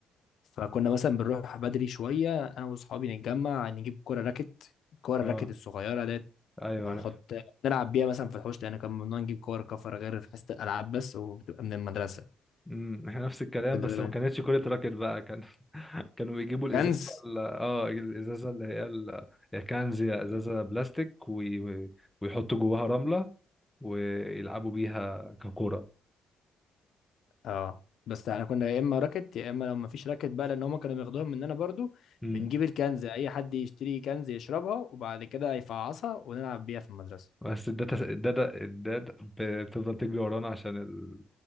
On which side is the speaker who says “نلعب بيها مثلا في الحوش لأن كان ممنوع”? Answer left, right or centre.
Left